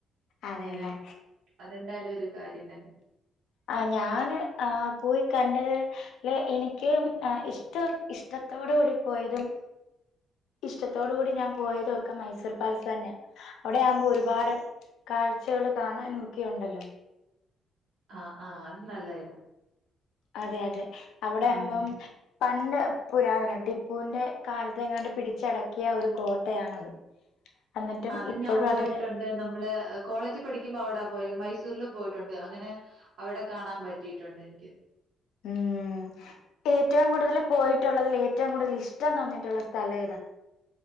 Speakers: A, on the left; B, on the right.
A: അതെല്ലേ
B: അങ്ങനെ അതെന്തായാലും ഒരു കാര്യം തന്നെ
A: ആഹ് ഞാന് ആ പോയി കണ്ടത് അല്ലെ എനിക്ക് ഇഷ്ടം ഇഷ്ടത്തോട് കൂടി പോയതും ഇഷ്ടത്തോടു കൂടി ഞാൻ പോയത് ഒകെ മൈസൂർ പാലസ് തന്നെയാ അവിടെയാവുമ്പോ ഒരുപാട് കാഴ്ചകൾ കാണാനൊക്കെയുണ്ടല്ലോ
B: ആഹ്! ആഹ്! അത് നല്ലയിതാ
A: അതെ! അതെ! അവിടെ
B: ഉം
A: അവുമ്പം പണ്ട് പുരാതന ടിപ്പൂവിന്റെ കാലത്ത് എങ്ങാണ്ട് പിടിച്ചടക്കിയ ഒരു കോട്ടയാണത് എന്നിട്ടും
B: അത്
A: ഇപ്പോഴും
B: ഞാൻ പോയിട്ടുണ്ട്
A: അതിന്റെ
B: നമ്മള് കോളേജ് പഠിക്കുമ്പോൾ അവിടെ പോയ മൈസൂരിലും പോയിട്ടുണ്ട് അങ്ങനെ അവിടെ കാണാൻ പറ്റിയിട്ടുണ്ട് എനിക്ക്
A: ഉം ഏറ്റവും കൂടുതൽ പോയിട്ടുള്ളതിൽ ഏറ്റവും കൂടുതൽ ഇഷ്ടം തോന്നിട്ടുള്ള സ്ഥലം ഏതാ?